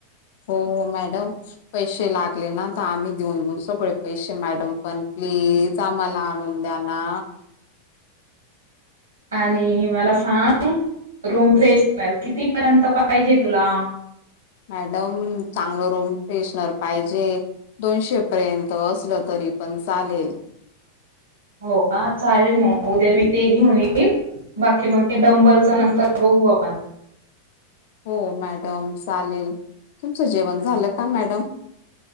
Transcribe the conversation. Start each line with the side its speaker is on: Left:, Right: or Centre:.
Left: हो हो मॅडम. पैसे लागले ना तर आम्ही देऊन देऊ, सगळे पैसे मॅडम पण प्लीज. कामाला आणून द्या ना
Right: आणि मला सांग, रूम फ्रेशनर कितीपर्यंत पाहिजे तुला.
Left: मॅडम चांगलं रूम फ्रेशनर पाहिजेत. दोनशे पर्यंत असलं तरी पण चालेल.
Right: हो कां चालेल मग, उद्या मी ते घेऊन येईल. बाकी मग ते डंबलच, नंतर बघू आपण.
Left: हो मॅडम चालेल, तुमचं जेवण झालं का मॅडम.